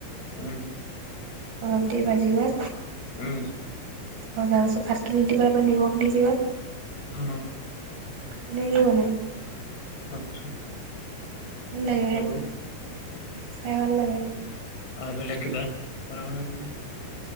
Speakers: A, on the left; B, on the right.
A: উম।
B: অলপ দেৰি ভাজিবা।
A: উম।
B: অ', তাৰ পাছত ভাতটো দি দিবা বা নিমখ দি দিবা।
A: উম।
B: এনেকেই বনাই।
A: আচ্ছা।
B: ভাল লাগে
A: আৰু।
B: খাই খাই ভাল লাগে।
A: আও বেলেগ কিবা বনাব জান নি